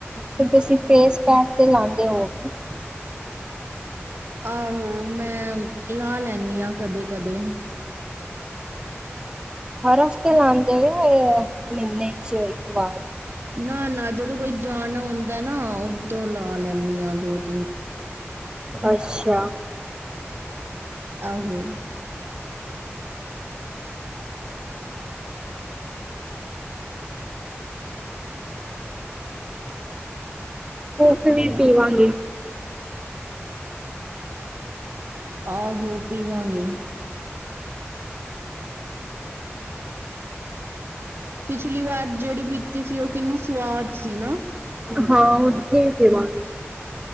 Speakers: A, on the right (about 20°); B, on the right (about 60°).
A: ਤੇ ਤੁਸੀਂ ਫੇਸ ਪੈਕ ਤੇ ਲਾਂਦੇ ਹੋ
B: <inaudible> ਆਹੋ ਮੈਂ, ਲਾ ਲੈਂਨੀ ਆਂ ਕਦੇ-ਕਦੇ।
A: ਹਰ ਹਫ਼ਤੇ ਲਉਦੇ ਹੋ ਯਾ ਮਹੀਨੇ ਚ ਇੱਕ ਵਾਰ?
B: ਨਾ- ਨਾ ਜਦੋਂ ਕੋਈ ਜਾਣਾ ਹੁੰਦਾ ਨਾ, ਉਦੋਂ ਲਾ ਲੈਂਦੀ ਆ ਦੁੱਧ
A: <inaudible> ਅੱਛਾ।
B: ਆਹੋ।
A: <unintelligible> ਵੀ ਸੀਵਾਂਗੇ।
B: ਆਹੋ ਪੀਵਾਂਗੇ। ਪਿਛਲੀ ਵਾਰ ਜਿਹੜੀ ਪੀਤੀ ਸੀ, ਉਹ ਕਿੰਨੀ ਸਵਾਦ ਸੀ ਨਾ।
A: ਹਾਂ ਫੇਰ ਦੇਵਾਂਗੀ।